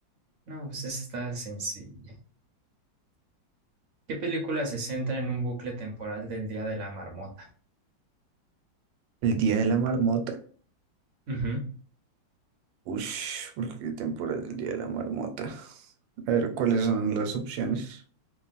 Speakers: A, on the right; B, on the right.
A: No, pues esta está sencilla. ¿Qué película se centra en un bucle temporal del Día de la Marmota?
B: El día de la marmota.
A: Ujú.
B: Ush, ¿por qué temporada es el día de la marmota? A ver, ¿cuáles son las opciones?